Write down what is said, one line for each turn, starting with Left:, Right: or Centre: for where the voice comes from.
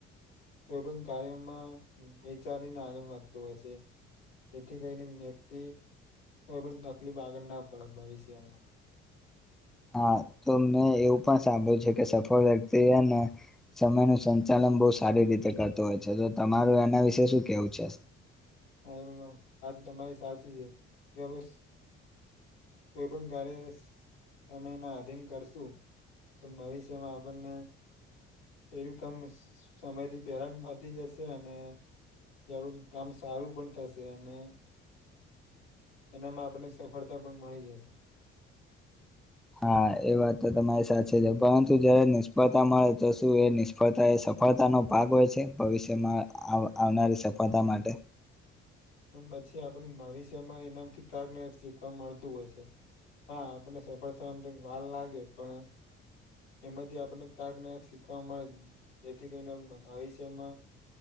Left: કોઈ પણ કાર્યમાં વિચારીને આગળ વધતો હોય છે. એથી કરીને વ્યક્તિ કોઈ પણ તકલીફ આગળના પડે ભવિષ્યમાં.
Centre: હા, તો મેં એવું પણ સાંભળ્યું છે કે સફળ વ્યક્તિ હે ને સમય નું સંચાલન બો સારી રીતે કરતો હોય છે તો તમારું એના વિશે શું કેવું છે?
Left: હા, એમ આજ તમારી સાચી છે કે બસ કોઈપણ કાર્ય સમયના આધીન કરશું તો ભવિષ્યમાં આપણને એનું કામ સમય થી પહેલા વધી જશે અને તું કામ સારું પણ થશે અને એનામાં આપણને સફળતા પણ મળી જશે.
Centre: હા, એ વાત તો તમારી સાચે છે પરંતુ જયારે નિષ્ફળતા મળે તો શું એ નિ સફળતા એ સફળતાનો ભાગ હોય છે ભવિષ્યમાં આવ આવનારી સફળતા માટે.
Left: પણ પછી આપણને ભાવિષ્યમાં એનામથી કાકને શીખવા મળતું હોય છે. હા, આપણને સફળ થવામાં તો વાલ લાગે પણ એમાંથી આપને કાકને શીખવા મળે જેથી કરીને ભવિષ્યમાં